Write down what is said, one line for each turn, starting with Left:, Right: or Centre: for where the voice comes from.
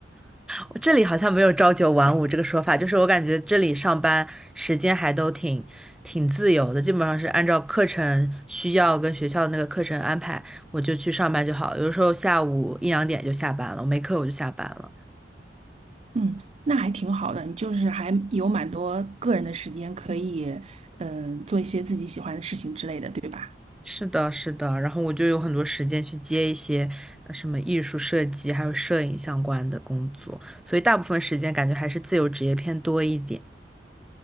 Centre: 我这里好像没有朝九晚五这个说法，就是我感觉这里上班时间还都挺挺自由的，基本上是按照课程需要跟学校的那个课程安排，我就去上班就好。有的时候下午一两点就下班了，我没课我就下班了。
Right: 嗯，那还挺好的，你就是还有蛮多个人的时间可以，嗯、做一些自己喜欢的事情之类的，对吧？
Centre: 是的，是的，然后我就有很多时间去接一些呃什么艺术设计还有摄影相关的工作，所以大部分时间感觉还是自由职业偏多一点。